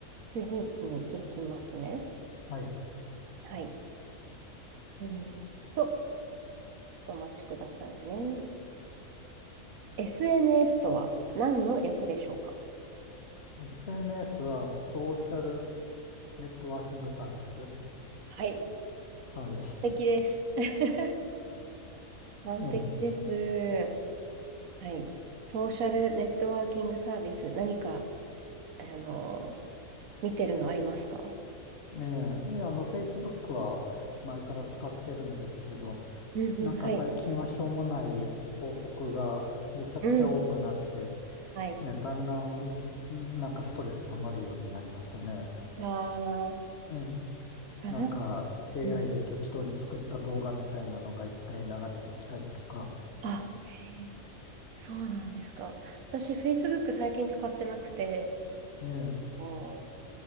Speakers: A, on the right (about 75°); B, on the left (about 50°).
A: 次に行きますね。
B: はい。
A: はい。えーっと、お待ちくださいね。SNS とは何の略でしょうか
B: SNS はソーシャルネットワーキングサービス。
A: はい。
B: はい。
A: 完璧です。<laughs> 完璧です。
B: ええ。
A: はい。ソーシャルネットワーキングサービス、何か、あの、見てるのありますか
B: ええ。であの、Facebook は前から使ってるんですけど、
A: うんうん、
B: なんか最近はしょうもない広告がめちゃくちゃ多くなって、
A: はい。うん。はい。
B: ね、だんだんなんかストレス溜まるようになりましたね。
A: あー、
B: ええ
A: かな。
B: なんか AI
A: うん
B: で適当に作った動画みたいなのがいっぱい流れてきたりとか。
A: あ、へーそうなんですか。私、Facebook 最近使ってなくて、
B: ええ、
A: あー